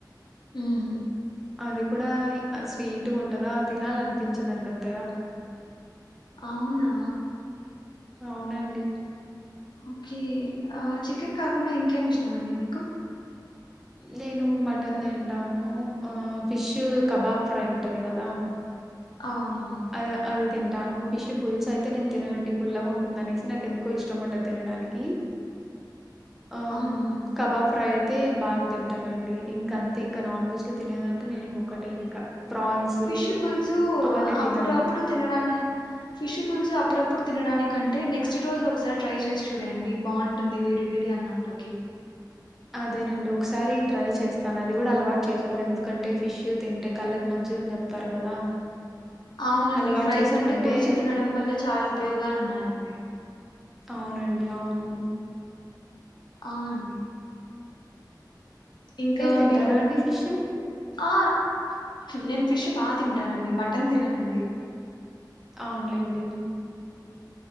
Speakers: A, on the left (about 80°); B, in the centre.
A: ఉమ్
B: అది కూడాడా స్వీట్గా ఉంటందా తినాల అనిపించందండి అంతేగా
A: అవునా
B: అవునండి
A: ఓకే చికెన్ కాకుండా ఇంకేమి ఇష్టం అండి మీకు
B: నేను మటన్ తింటాను ఫిష్ కబాబ్ ఫ్రై ఉంటుంది కదా
A: అవును
B: అ అది తింటాను ఫిష్ పుల్స్ అయితే నేను తిననండి పుల్లగా ఉంటుందినేసి నాకు ఎందుకో ఇష్టం ఉండదు తినడానికి ఆ
A: అవునా
B: కబాబ్ ఫ్రై్ అయితే బాగా తింటానండి ఇంకా అంతే ఇంకా నాన్ వెజ్ లో తినేదంటే నేను ఇంకొటే ఇంకా ప్రాన్స్
A: ఫిష్ పుల్సు
B: అవన్నీ
A: అప్పుడు
B: తినను
A: అప్పుడు తినడానికి ఫిష్ పులుసు అప్పుడప్పుడు తినడానికంటే నెక్స్ట్ రోజు ఒకసారి ట్రై చేసి చూడండి బాగుంటుంది వేడి వేడి అన్నంలోకి
B: అదేనండి ఒకసారి ట్రై చేస్తాను అది కూడా అలవాటు చేసుకోవాలి ఎందుకంటే ఫిష్ తింటే కళ్ళకి మంచిదని చెప్తారు కదా
A: అవునండి
B: అలవాటు
A: ఫ్రై
B: చేసుకుంటే
A: కంటే పులుసు తినడం వల్ల చాలా ఉపయోగాలు ఉన్నాయండి
B: అవునండి అవును
A: అవుం ఇంకా
B: తింటారా
A: మీరు
B: అండి ఫిష్
A: ఆ నేను ఫిష్ బాగా తింటానండి మటన్ తిననండి
B: అవునులేండి